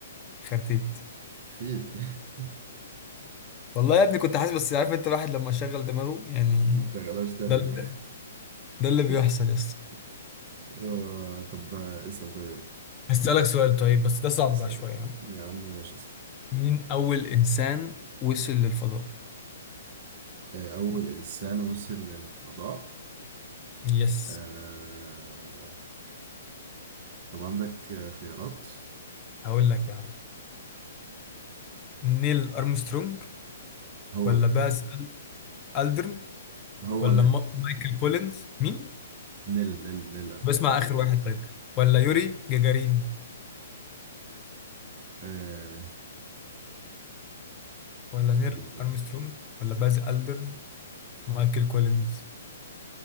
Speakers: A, on the left; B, on the right.
A: خرتيت
B: الفيل <laughs>
A: والله يا ابني كنت حاسس بس عارف انت الواحد لما شغل دماغه يعني
B: متشغلهاش تاني
A: ده ال-
B: بقى
A: ده اللي بيحصل
B: <laughs>
A: يا اسطى
B: آه طب اسأل طيب
A: هسألك سؤال طيب بس ده صعب
B: يلا اسأل
A: بقى شوية
B: يعني
A: يعني.
B: يا عم ماشي اسأل
A: مين اول انسان وصل للفضاء
B: آه، أول إنسان وصل للفضاء
A: يس
B: آه... طب عندك آه، خيارات
A: هقول لك يا عم نيل أرمسترونج
B: هو
A: ولا
B: ده
A: باز ألدرن
B: هو
A: ولا
B: نيل
A: ما- مايكل كولينز مين؟
B: نيل نيل نيل أرمسترونج
A: بسمع آخر واحد طيب ولا يوري جاجارين
B: آه...
A: ولا
B: استنى
A: نيل
B: بقى
A: أرمسترونج ولا باز ألدرن مايكل كولينز